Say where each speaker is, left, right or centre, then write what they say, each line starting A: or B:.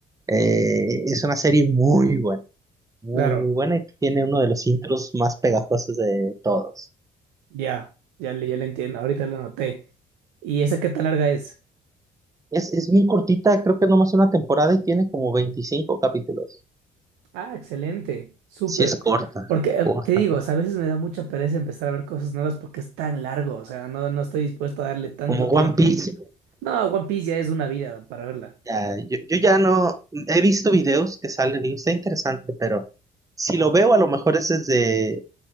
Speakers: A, on the right; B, on the right.
A: Eh, es una serie muy buena, muy,
B: Claro,
A: muy buena y tiene uno de los intros más pegajosos de todos.
B: ya, ya le, ya le entiendo, ahorita lo anoté. ¿Y esa qué tan larga es?
A: Es, es bien cortita, creo que nomás una temporada y tiene como 25 capítulos.
B: Ah, excelente, súper.
A: Sí, es corta,
B: Porque eh,
A: corta.
B: te digo, o sea, a veces me da mucha pereza empezar a ver cosas nuevas porque es tan largo, o sea, no, no estoy dispuesto a darle tanto
A: Como
B: tiempo.
A: One Piece.
B: No, One Piece ya es una vida para verla.
A: Ya, yo, yo ya no he visto videos que salen, digo, está interesante, pero si lo veo, a lo mejor es desde